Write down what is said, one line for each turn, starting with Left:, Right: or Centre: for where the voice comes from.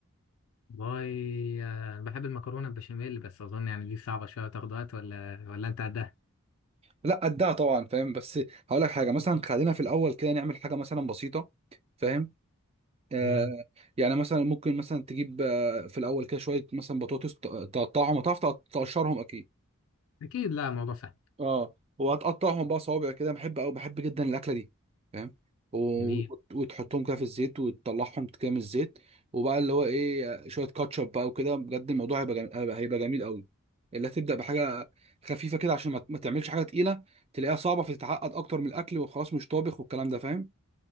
Left: باي آه، بحب المكرونه البشاميل بس اظن يعني دي صعبه شويه تاخد وقت ولا ولا انت قدها
Right: لا قدها طبعا فاهم بس هقول لك حاجه مثلا خلينا في الاول كده نعمل حاجه مثلا بسيطه فاهم آه
Left: تمام
Right: يعني مثلا ممكن مثلا تجيب آه في الاول كده شويه مثلا بطاطس ت- تقطعهم هتعرف تقط- تقشرهم اكيد
Left: اكيد لا الموضوع سهل
Right: اه وهتقطعهم بقى صوابع كده بحب او بحب جدا الاكله دي فاهم و...
Left: جميل
Right: وتحطهم كده في الزيت وتطلعهم كده من الزيت وبقى اللي هو ايه شويه كاتشب بقى وكده بجد الموضوع هيبقى جميل... هيبقى جميل قوي اللي هتبدا بحاجه خفيفه كده عشان ما... ما تعملش حاجه تقيله تلاقيها صعبه فتتعقد اكتر من الاكل وخلاص مش طابخ والكلام ده فاهم